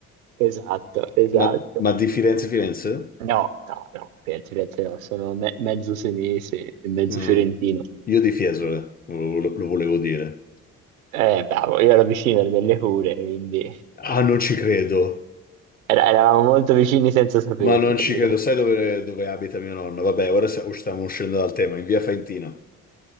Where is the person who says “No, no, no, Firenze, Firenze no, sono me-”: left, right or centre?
Right